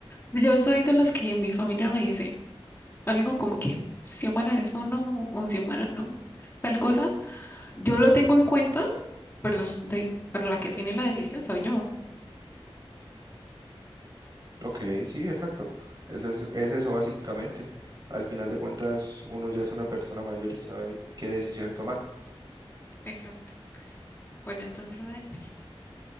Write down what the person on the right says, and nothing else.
Ok, sí, exacto. Es, es, es eso básicamente. Al final de cuentas, uno ya es una persona mayor y sabe qué decisiones tomar.